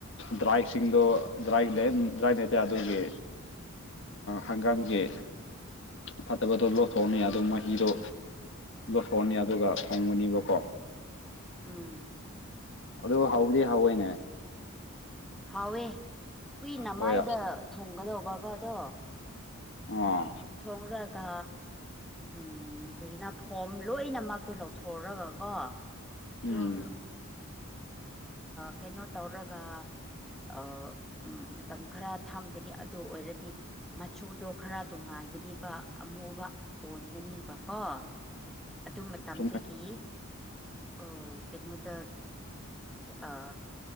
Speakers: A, on the left; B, in the centre.
A: ꯗ꯭ꯔꯥꯏꯁꯤꯡꯗꯣ ꯗ꯭ꯔꯥꯏ ꯗ꯭ꯔꯥꯏ ꯂꯩꯇꯦ ꯑꯗꯨꯒꯤ ꯍꯪꯒꯥꯝꯒꯤ ꯐꯠꯇꯕꯗꯣ ꯂ ꯂꯧꯊꯣꯛꯑꯅꯤ ꯑꯗꯨ ꯃꯍꯤꯗꯣ ꯐꯣꯟꯅꯤ ꯑꯗꯨꯒ ꯊꯣꯡꯒꯅꯤꯕꯀꯣ
B: ꯎꯝ
A: ꯑꯗꯨ ꯍꯧꯗꯤ ꯍꯧꯋꯦꯅꯦ
B: ꯍꯥꯎꯋꯦ ꯀꯨꯏꯅ
A: ꯍꯣꯏ
B: ꯃꯥꯏꯗ ꯊꯣꯡꯒꯗꯧꯕꯀꯣꯗꯣ
A: ꯎ
B: ꯊꯣꯡꯔꯒ ꯎꯝ ꯀꯔꯤꯒꯤꯅ ꯐꯣꯝ ꯂꯣꯏꯅ ꯃꯛꯇꯣ ꯂꯧꯊꯣꯛꯔꯒꯀꯣ ꯑꯗꯨꯝ
A: ꯎꯝ
B: ꯀꯩꯅꯣ ꯇꯧꯔꯒ ꯑ ꯎ ꯃꯇꯝ ꯈꯔ ꯊꯝꯒꯅꯤ ꯑꯗꯨ ꯑꯣꯏꯔꯗꯤ ꯃꯆꯨꯗꯣ ꯈꯔ ꯇꯣꯡꯉꯥꯟꯒꯅꯤꯕ ꯑꯃꯨꯕ ꯑꯣꯟꯒꯅꯤꯕꯀꯣ ꯑꯗꯨ ꯃꯇꯝꯗꯒꯤ
A: ꯆꯨꯝꯃꯦ
B: ꯑꯣ ꯀꯩꯅꯣꯗ ꯑ